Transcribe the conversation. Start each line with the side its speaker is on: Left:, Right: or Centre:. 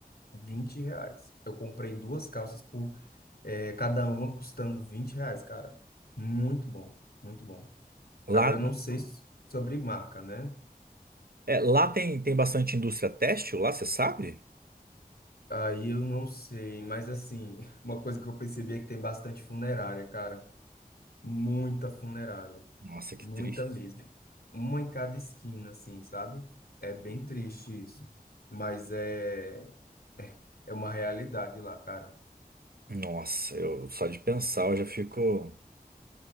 Left: vinte reais. Eu comprei duas calças por, eh, cada uma custando 20 reais, cara. Muito bom, muito bom.
Right: Lá,
Left: Agora, eu não sei s- sobre marca, né?
Right: é, lá tem, tem bastante indústria têxtil, lá você sabe?
Left: Aí eu não sei, mas assim, <laughs> uma coisa que eu percebi é que tem bastante funerária, cara. Muita funerária.
Right: Nossa, que
Left: Muita
Right: triste.
Left: mesmo. Uma em cada esquina, assim, sabe? É bem triste isso. Mas é, é uma realidade lá, cara.
Right: Nossa, eu só de pensar eu já fico.